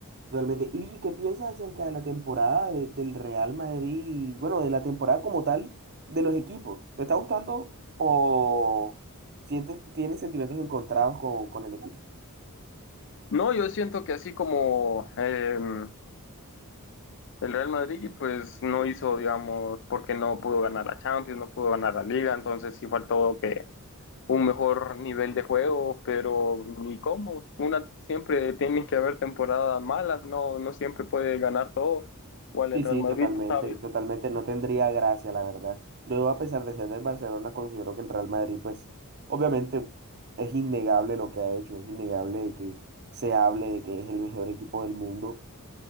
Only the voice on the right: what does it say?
Totalmente. ¿Y qué piensas acerca de la temporada de- del Real Madrid? y, Bueno, de la temporada como tal de los equipos. ¿Te está gustando o sientes, tienes sentimientos encontrados con, con el equipo?
Sí,
sí,
totalmente,
totalmente. No tendría gracia, la verdad. Yo, a pesar de ser del Barcelona, considero que el Real Madrid, pues, obviamente es innegable lo que ha hecho, es innegable de que se hable de que es el mejor equipo del mundo,